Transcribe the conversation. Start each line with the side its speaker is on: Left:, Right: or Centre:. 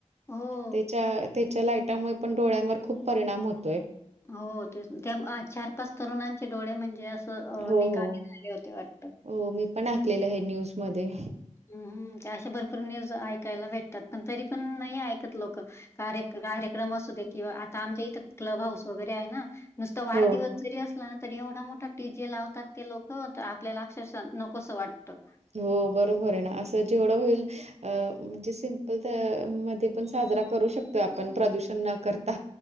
Left: हो.
Right: त्याचा ते च्या लाईटामुळे पण डोळ्यांवर खूप परिणाम होतोय.
Left: हो ते त्या चार पाच तरुणांचे डोळे म्हणजे अस त अ
Right: हो,
Left: निकामी
Right: हो.
Left: झाले होते वाटत.
Right: हो मी पण ऐकलेलं हे न्यूज मध्ये.
Left: हम्म ते अशा भरपूर न्यूज ऐकायला भेटतात पण तरी पण नाही एंकत लोक कारे-कार्यक्रम असू दे किंवा आता आमच्या इथे क्लब हाऊस वगैरे आहे ना नुसत वाढदिव
Right: हो,
Left: तरी असलं ना तरी एवढा मोठा डी जे लावतात ते लोक तर आपल्याला अक्षरशः नकोसं वाटतं.
Right: हो बरोबर आहे ना असं जेवढं होईल अ म्हणजे सिंपल ते मध्ये पण साजरा करू शकतोय आपण
Left: हां, हां.
Right: प्रदूषण न करता.